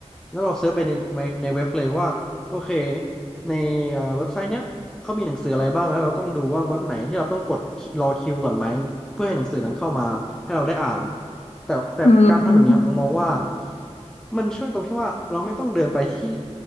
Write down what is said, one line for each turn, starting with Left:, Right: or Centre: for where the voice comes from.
Centre: แล้วเราเซิร์ชไปในในในเว็บเลยว่าโอเคในเอ่อเว็บไซต์เนี้ย เขามีหนังสืออะไรบ้างแล้วเราต้องดูว่าเว็บไหนที่เราต้องกดรอคิวก่อนไหม เพื่อให้หนังสือนั้นเข้ามาให้เราได้อ่านแต่แต่การทำอย่างเงี้ยผมมองว่า
Left: อืม
Centre: มันช่วยตรงที่ว่าเราไม่ต้องเดินไปที่